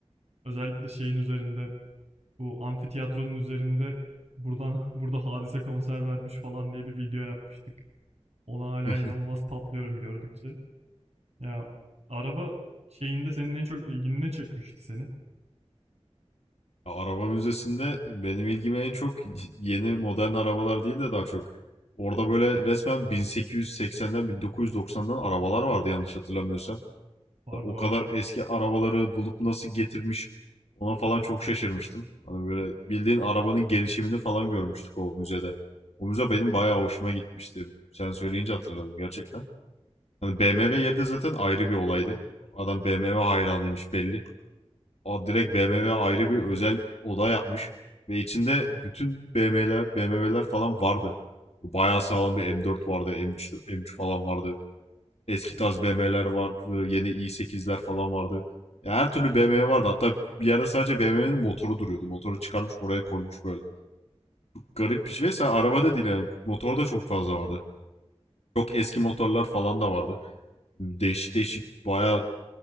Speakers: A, on the right; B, on the left.
A: Özellikle şeyin üzerinde bu amfiteyatronun üzerinde buradan <laughs> burada Hadise konser vermiş falan diye bir video yapmıştık. Ona hala
B: <laughs>
A: inanılmaz patlıyorum gördükçe. Ya araba şeyinde senin en çok ilgini ne çekmişti senin?
B: Araba müzesinde benim ilgime en çok yeni modern arabalar değil de daha çok Orada böyle resmen 1880'den 1990'dan arabalar vardı yanlış hatırlamıyorsam.
A: Vardı
B: O
A: vardı.
B: kadar eski arabaları bulup nasıl getirmiş ona falan çok şaşırmıştım. Hani böyle bildiğin arabanın gelişimini falan görmüştük o müzede. O müze benim bayağı hoşuma gitmişti. Sen söyleyince hatırladım gerçekten. Hani BMW yeri de zaten ayrı bir olaydı. Adam BMW hayranıymış belli. Aa, direkt BMW ayrı bir özel oda yapmış. Ve içinde bütün BMW'ler, BMW'ler falan vardı. Bayağı sağlam bir M4 vardı, M3, M3 falan vardı. Eski tarz BMW'ler vardı. Yeni i8'ler falan vardı. Ya Her türlü BMW vardı. Hatta bir yerde sadece BMW'nin motoru duruyordu. Motoru çıkarmış oraya koymuş böyle. Garip bir şey. Mesela arabada değil yani. Motor da çok fazla vardı. Çok eski motorlar falan da vardı. Değişik değişik bayağı